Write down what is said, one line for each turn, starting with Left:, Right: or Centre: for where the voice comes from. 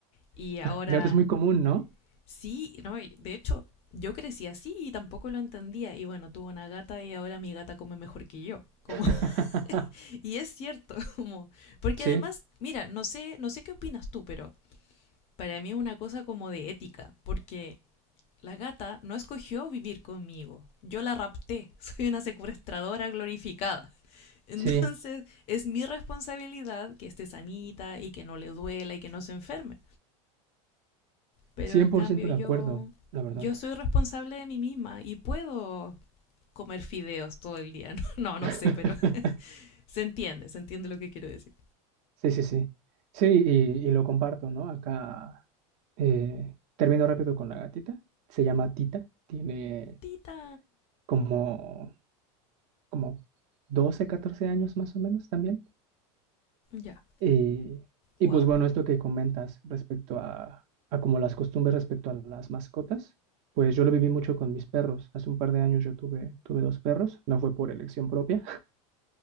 Left: y ahora
Right: Y ahora es muy común, ¿no?
Left: sí, no, Y de hecho yo crecí así y tampoco lo entendía y bueno, tuve una gata y ahora mi gata come mejor que yo, como
Right: <laughs>
Left: <laughs> y es cierto, <laughs> como porque
Right: Sí,
Left: además, mira, no sé, no sé qué opinas tú, pero para mí es una cosa como de ética, porque La gata no escogió vivir conmigo. Yo la rapté. <laughs> Soy una secuestradora glorificada. Entonces
Right: sí.
Left: es mi responsabilidad que esté sanita y que no le duela y que no se enferme. Pero
Right: cien
Left: en
Right: por
Left: cambio
Right: ciento
Left: yo,
Right: de acuerdo, la verdad.
Left: yo soy responsable de mí misma y puedo comer fideos todo el día. <laughs> No, no, no
Right: <laughs>
Left: sé, pero <laughs> se entiende, se entiende lo que quiero decir.
Right: Sí, sí, sí. Sí, y, y lo comparto, ¿no? Acá eh, termino rápido con la gatita. Se llama Tita. Tiene
Left: Tita.
Right: como, como 12 14 años más o menos también.
Left: Ya.
Right: Y, y
Left: Wow.
Right: pues bueno, esto que comentas respecto a, a como las costumbres respecto a las mascotas, pues yo lo viví mucho con mis perros. Hace un par de años yo tuve, tuve dos perros. No fue por elección propia, <laughs>